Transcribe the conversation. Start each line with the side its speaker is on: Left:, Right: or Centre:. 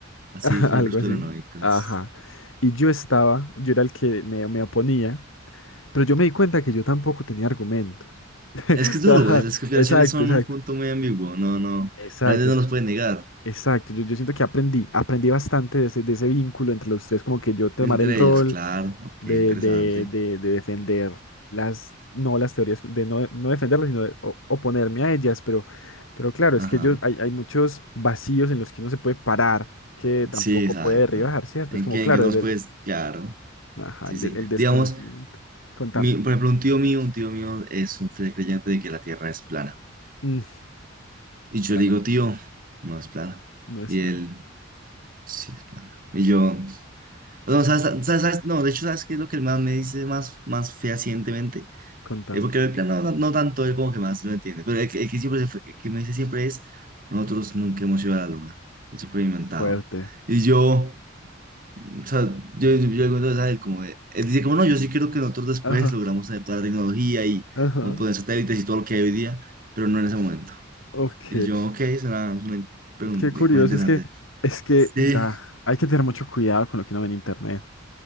Right: así
Left: <laughs>
Right: fue
Left: algo
Right: el conspiranoicos.
Left: así. Ajá. Y yo estaba, yo era el que me, me oponía, pero yo me di cuenta que yo tampoco tenía argumentos. <laughs>
Right: Es que es duro,
Left: Ajá,
Right: pues, las conspiraciones
Left: exacto,
Right: son
Left: exacto.
Right: un punto muy ambiguo, no, no,
Left: Exacto,
Right: realmente
Left: es-
Right: no los pueden negar.
Left: exacto. Yo, yo siento que aprendí, aprendí bastante de ese, de ese vínculo entre los tres, como que yo tomar
Right: Entre
Left: el rol.
Right: ellos, claro, ok,
Left: de,
Right: interesante.
Left: de, de, de defender las, no las teorías, de no, no defenderlas, sino de o- oponerme a ellas, pero, pero claro, es
Right: Ajá.
Left: que ellos, hay, hay muchos vacíos en los que uno se puede parar, que tampoco
Right: Sí, exacto.
Left: puede derribar, ¿cierto?
Right: ¿En
Left: Es como,
Right: que
Left: claro,
Right: en que no
Left: el,
Right: los
Left: del-
Right: puedes? Claro.
Left: ajá,
Right: Sí,
Left: el,
Right: sí.
Left: de- el desconocimiento.
Right: Digamos,
Left: Contame.
Right: mi, por ejemplo, un tío mío, un tío mío es un fiel creyente de que la Tierra es plana.
Left: Mm,
Right: Y
Left: Clara,
Right: yo le digo, tío, no es plana.
Left: no es
Right: Y
Left: plan.
Right: él, sí es plana. Y yo, no, ¿sabes, sabes- sabes? No, de hecho, ¿sabes qué es lo que el man me dice más, más fehacientemente?
Left: Contame.
Right: Eh, porque el plano no, no tanto, él como que más lo entiende. Pero el, que el que siempre se fue- que me dice siempre es, nosotros nunca hemos ido a la luna. Eso fue inventado.
Left: Fuerte.
Right: Y yo... O sea, yo, yo, yo cuento a él como, de- él dice como, no, yo sí creo que nosotros después
Left: Ajá,
Right: logramos adaptar la tecnología y
Left: ajá.
Right: un montón de satélites y todo lo que hay hoy día, pero no en ese momento.
Left: Ok.
Right: Y yo, ok, es una, es una pregunta,
Left: Qué curioso,
Right: cosa interesante.
Left: es que, es que
Right: Sí,
Left: ya hay que tener mucho cuidado con lo que uno ve en internet.